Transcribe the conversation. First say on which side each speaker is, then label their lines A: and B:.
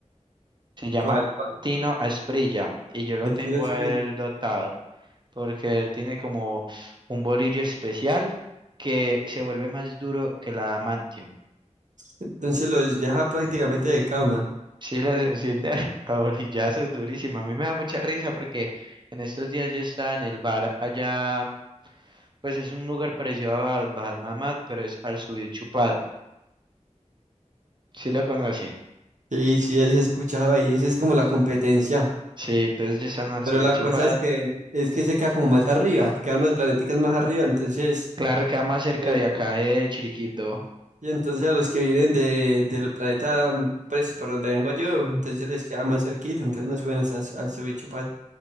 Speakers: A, on the right (about 40°); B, on the right (about 80°).
A: Se llama
B: ¿Cuál, cuál?
A: Tino Asprilla y yo lo
B: El
A: tengo
B: tiro es
A: a
B: por
A: él
B: ahí.
A: dotado. porque él tiene como un bolillo especial que se vuelve más duro que la adamantium.
B: Entonces los deja prácticamente de cama.
A: Sí, las enciende a <laughs> a bolillazos durísimo. A mí me da mucha risa porque en estos días yo estaba en el bar allá, pues es un lugar parecido a Bahamama, pero es al subir chupado. Sí lo conoce.
B: Sí, sí, es escuchado ahí. Esa es como la competencia.
A: Sí, entonces ya están al
B: Pero
A: subir
B: la
A: chupado.
B: cosa es que es que se queda como más arriba, queda unos planeticas más arriba, entonces,
A: Claro, queda más cerca
B: eh,
A: de acá de Chiriquibdo.
B: y entonces a los que vienen de, del planeta, mm, pues por donde vengo yo, entonces les queda más cerquita, entonces no suben hasta su- a su bicho pa-